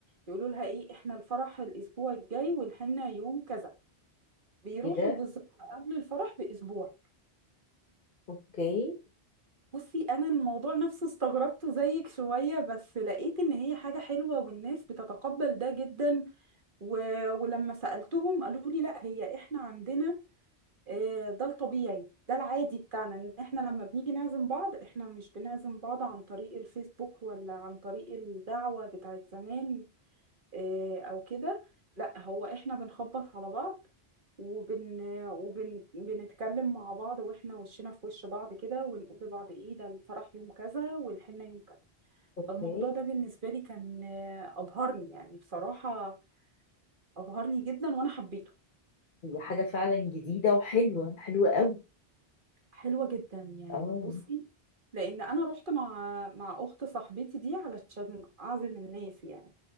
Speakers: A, on the right (about 50°); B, on the left (about 50°).
A: يقولوا لها إيه إحنا الفرح الأسبوع الجاي والحنة يوم كذا بيروحوا
B: ايه ده
A: بالظبط قبل الفرح بأسبوع
B: اوكي
A: بصي أنا الموضوع نفسه استغربته زيك شوية بس لقيت إن هي حاجة حلوة والناس بتتقبل ده جدا و... ولما سألتهم قالوا لي لا هي إحنا عندنا آه، ده الطبيعي ده العادي بتاعنا ان احنا لما بنيجي نعزم بعض احنا مش بنعزم بعض عن طريق الفيسبوك ولا عن طريق الدعوة بتاعت زمان آه، او كده لا هو احنا بنخبط على بعض وبن وبنتكلم مع بعض واحنا وشنا في وش بعض كده ونقول لبعض ايه ده الفرح يوم كذا والحنة يوم كذا
B: اوكي
A: فالموضوع ده بالنسبة لي كان آه، أبهرني يعني بصراحة أبهرني جدا وأنا حبيته
B: هي حاجة فعلا جديدة وحلوة حلوة قوي
A: حلوة جدا يعني
B: اه
A: بصي لأن أنا رحت مع مع أخت صاحبتي دي علشان أعزم الناس يعني